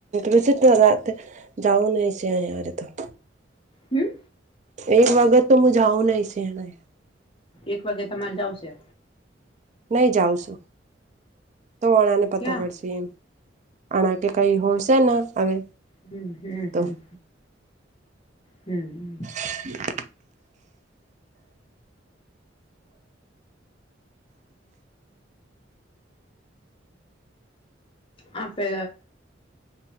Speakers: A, on the right (about 40°); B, on the left (about 30°).
A: વિઝિટમાં રાતે જઉુંન છેહી અરે તો
B: હમ
A: એક વગત તો હું જાઉં નઈ છે, એને
B: એક વાગે તમારે જાવશે
A: નહી જાવશું તો વણાને પતો
B: ક્યાં
A: પડશે એમ આણા કે કઈ હોલશેને હવે
B: હમ હમ
A: તો
B: હમ હમ
A: હ
B: આપ પે